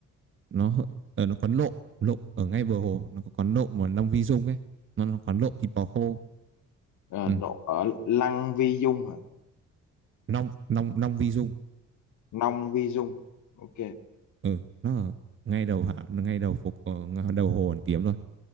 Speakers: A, on the right; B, on the left.
A: nó hơi- ở nó quán lộm lộm ở ngay bờ hồ nó có quán lộm mà Long Vi Dung ấy nó là quán lộm thịt bò khô
B: ờ,
A: ừ.
B: nộ ở Lăng Vi Dung hả
A: Long Long Long Vi Dung
B: Nông Vi Dung ok
A: ừ nó ở ngay đầu hạ ngay đầu phục ở ng- đầu hồ Hoàn Kiếm thôi